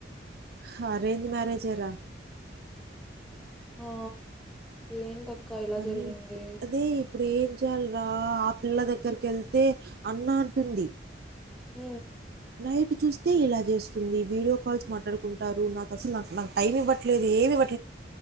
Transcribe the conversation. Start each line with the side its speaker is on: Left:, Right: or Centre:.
Right: హరేంజ్ మ్యారేజేరా
Centre: హా ఏంటక్క ఇలా
Right: అని
Centre: జరిగింది
Right: అదే ఇప్పుడు ఏం చేయాల్రా ఆ పిల్ల దగ్గరికి ఎళ్తే అన్న అంటుంది
Centre: ఊ
Right: నైట్ చూస్తే ఇలా చేస్తుంది, వీడియో కాల్స్ మాట్లాడుకుంటారు, నాకు అసల నాక్ టైం ఇవ్వట్లేదు ఏమి.